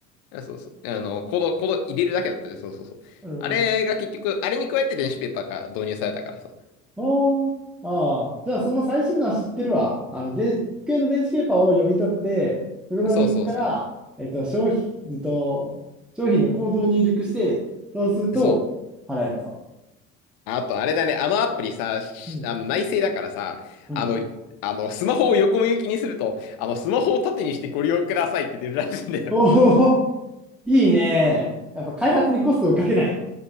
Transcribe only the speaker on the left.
あ、そうそう。あの、コード、コード入れるだけだったね。そうそうそう。
あれが結局、あれに加えて電子ペーパーが導入されたからさ。
そうそうそ
う。そう。あと、あれだね。あのアプリさ、しあの、
内製だからさ、
あの、あの、スマホを横向きにすると、あの、スマホを縦にしてご利用くださいって出るらしいんだよ。
そ